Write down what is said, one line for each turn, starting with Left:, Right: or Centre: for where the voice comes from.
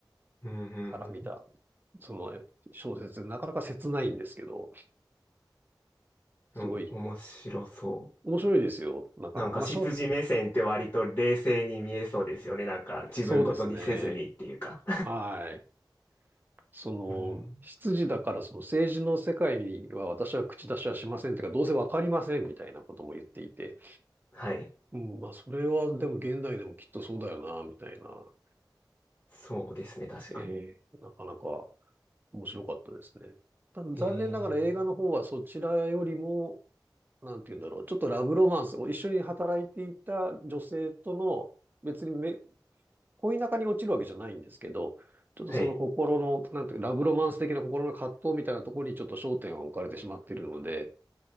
Left: うん。う
Right: から見た、
Left: ん。
Right: その小説、なかなか切ないんですけど、すごい
Left: うん。お面白そう。
Right: 面白いですよ。なかなか。
Left: なんか執事目線って割と冷静に見えそうですよね。
Right: まあ、しょ、
Left: なんか自分ごとにせずにっていうか。
Right: そうですね。はい。その、
Left: うん。
Right: 執事だからその政治の世界には私は口出しはしませんというか、どうせわかりませんみたいなことも言っていて、
Left: はい。
Right: うん、まあ、それはでも現代でもきっとそうだよな、みたいな。
Left: そうですね、確かに。
Right: ええ、なかなか面白かったですね。ただ残念ながら映画の方はそちらよりも、
Left: えー、
Right: なんて言うんだろう、ちょっとラブロマンスを一緒に働いていた女性との、別にめ恋仲に落ちるわけじゃないんですけど、ちょっとその心の、
Left: はい。
Right: なんていうか、ラブロマンス的な心の葛藤みたいなところにちょっと焦点を置かれてしまっているので、